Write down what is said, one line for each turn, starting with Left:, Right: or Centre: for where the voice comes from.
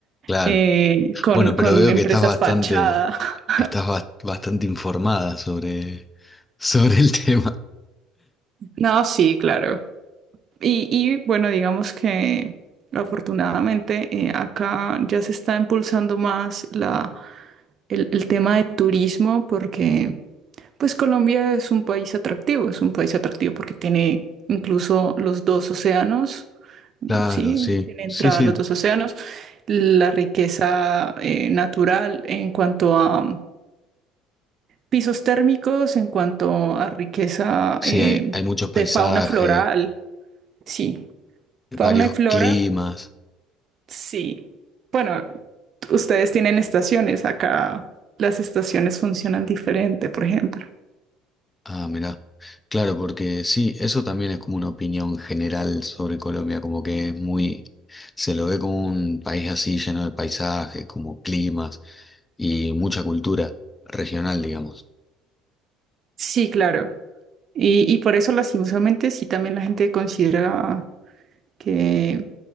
Left: claro.
Right: eh, con,
Left: Bueno, pero
Right: con
Left: veo
Right: empresas
Left: que estás bastante,
Right: fachada. <laughs>
Left: estás bas- bastante informada sobre, sobre el tema.
Right: No, sí, claro. Y, y, bueno, digamos que afortunadamente eh, acá ya se está impulsando más la, el, el tema de turismo porque pues Colombia es un país atractivo, es un país atractivo porque tiene incluso los dos océanos,
Left: Claro,
Right: sí,
Left: sí,
Right: tiene entrada
Left: sí, sí,
Right: a los dos océanos, la riqueza eh, natural en cuanto a pisos térmicos en cuanto a riqueza
Left: sí,
Right: eh,
Left: hay, hay muchos
Right: de
Left: paisajes,
Right: fauna floral, sí. Fauna
Left: varios
Right: y flora,
Left: climas.
Right: sí. Bueno, ustedes tienen estaciones, acá las estaciones funcionan diferente, por ejemplo.
Left: Ah, mirá. Claro, porque sí, eso también es como una opinión general sobre Colombia, como que es muy, se lo ve como un país así lleno de paisajes, como climas y mucha cultura regional, digamos.
Right: Sí, claro. Y, y por eso, lastimosamente, sí también la gente considera que,